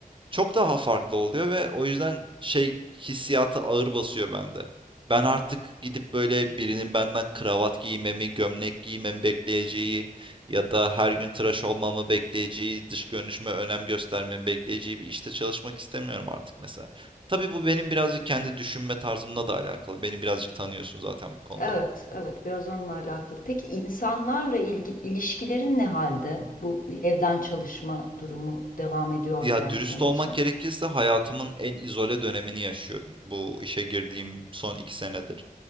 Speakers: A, on the right; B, on the left.
A: çok daha farklı oluyor ve o yüzden şey hissiyatı ağır basıyor bende. Ben artık gidip böyle birinin benden kravat giymemi, gömlek giymemi bekleyeceği ya da her gün tıraş olmamı bekleyeceği, dış görünüşüme önem göstermemi bekleyeceği bir işte çalışmak istemiyorum artık mesela. Tabii bu benim birazcık kendi düşünme tarzımla da alakalı. Beni birazcık tanıyorsun zaten bu konuda.
B: Evet, evet biraz onunla alakalı. Peki insanlarla ilgi, ilişkilerin ne halde? Bu evden çalışma durumu devam ediyorken
A: Ya dürüst
B: senin
A: olmak
B: için.
A: gerekirse hayatımın en izole dönemini yaşıyorum. Bu işe girdiğim son iki senedir.